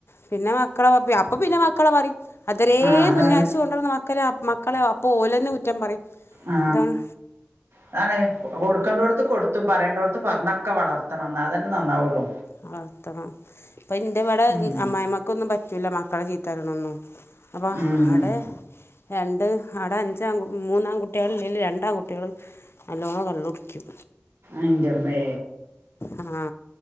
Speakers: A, on the left (about 70°); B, on the right (about 80°).
A: പിന്നെ മക്കളെ അപ്പൊ പിന്നെ മക്കളെ പറയും അത്തരേ
B: ആഹ് അതാണ്
A: പിന്നച്ച കൊണ്ടിരുന്ന- മക്കലെ മക്കളെ അപ്പോൾ ഓലെന്നാകുറ്റം പറയും
B: ആ
A: അതാണ്
B: അതാണ് കൊടുക്കേത്ത് കൊടുത്തും പറയണ്ടടുത്ത് പറഞ്ഞൊക്കെ വളർത്തണം എന്നാ തന്നെ നന്നാവുള്ളൂ
A: വളർത്തണം ഇപ്പൊ എന്റെ ഇവിടെ
B: ഉം
A: അമ്മായിമ്മക്കൊന്നും പറ്റൂല്ല മക്കളെ ചീത്തപാറയാണഒന്നും അപ്പഹാടെ
B: ഉം
A: രണ്ട് അവിടെ അഞ്ചാം മൂന്നാംകുട്ടികൾ അല്ലെങ്കിൽ രണ്ടാംകട്ടികൾ നല്ലോണം കള്ള് കുടിക്കും
B: ആൻന്റെമ്മേ
A: ആ